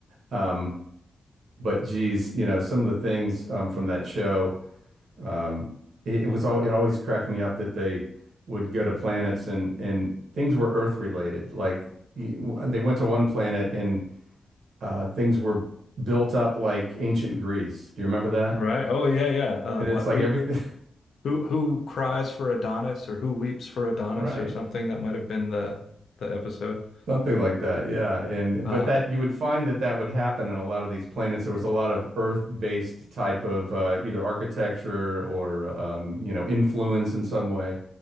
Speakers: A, on the right; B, on the left.
A: Um, but geez, you know, some of the things um, from that show. Um, it, it was all it always cracked me up that they would go to planets and and things were Earth related. Like y- w- they went to one planet and uh, things were built up like ancient Greece. Do you remember that?
B: Right. Oh yeah, yeah. Uh,
A: And it's
B: what?
A: like
B: Who?
A: everything,
B: Who? Who cries for Adonis or who weeps for Adonis
A: <laughs>
B: or something?
A: right?
B: That might have been the the episode.
A: Something like that. Yeah. And
B: Um,
A: but that you would find that that would happen in a lot of these planets. There was a lot of Earth-based type of uh, either architecture or um, you know influence in some way.